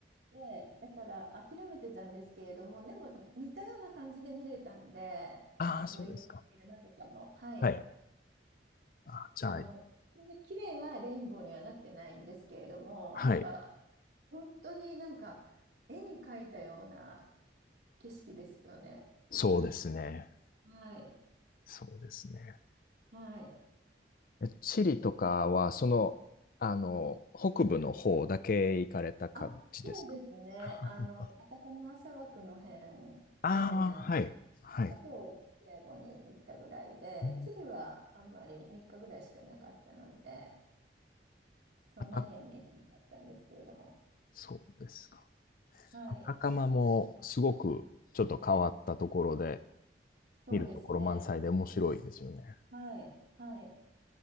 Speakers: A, on the right; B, on the left.
A: で、だから諦めてたんですけれども、でも似たような感じで見れたんで、
B: ああ、
A: そのボリビアの山とかも、
B: そうですか。
A: はい、
B: はい。あ、じゃあ、
A: あの、そんな綺麗なレインボーにはなってないんですけれども、
B: はい。
A: やっぱ本当になんか絵に描いたような景色ですよね。
B: そうですね。
A: はい。
B: そうですね。
A: はい。
B: えチリとかは、その、あの、北部の方だけ行かれた感じですかあ
A: あ、そうですね。あの、アタカマ砂漠の辺だけなんで、
B: ああ、はい。はい。
A: あと、サンディエゴに行ったぐらいで、
B: うん
A: チリはあんまり3日ぐらいしかいなかったので、そんなには見れなかったんですけれども。
B: あた、そうですか。
A: はい。
B: 赤釜もすごくちょっと変わったところで、
A: そうですね。
B: 見るところ満載で面白いですよね。
A: はい。はい。